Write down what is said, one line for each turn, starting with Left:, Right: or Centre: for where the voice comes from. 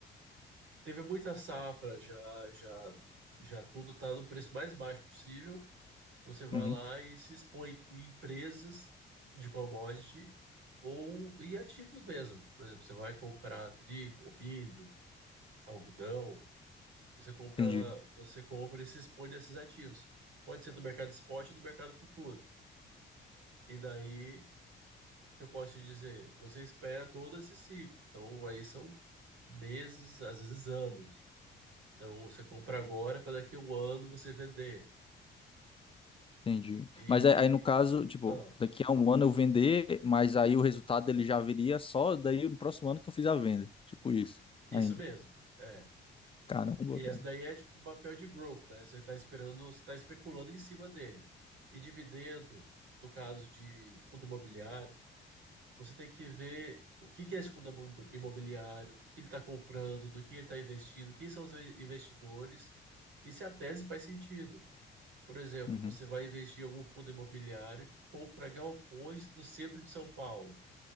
Right: teve muita safra, já, já, já tudo está no preço mais baixo possível, você vai
Left: uhum,
Right: lá e se expõe em empresas de commodity ou em ativos mesmo. Por exemplo, você vai comprar trigo, ou milho, algodão, você compra,
Left: entendi,
Right: você compra e se expõe nesses ativos. Pode ser do mercado spot ou do mercado futuro. E daí, o que eu posso te dizer? Você espera todo esse ciclo. Então, aí são meses, às vezes anos. Então você compra agora para daqui a um ano você vender.
Left: entendi.
Right: E.
Left: Mas aí, aí, no caso, tipo,
Right: Ah,
Left: daqui a um ano eu vender, mas aí o resultado ele já viria só daí no próximo ano que eu fiz a venda. Tipo isso,
Right: isso
Left: ainda.
Right: mesmo. É.
Left: Caramba,
Right: E
Left: cara.
Right: essa daí é tipo um papel de growth, né? Você está esperando, você está especulando em cima dele. E dividendo, no caso de fundo imobiliário, você tem que ver o que que é esse fundo imo- imobiliário, o que que ele está comprando, do que ele está investindo, quem são os ve- investidores e se a tese faz sentido. Por exemplo,
Left: Uhum,
Right: você vai investir em algum fundo imobiliário que compra galpões do centro de São Paulo,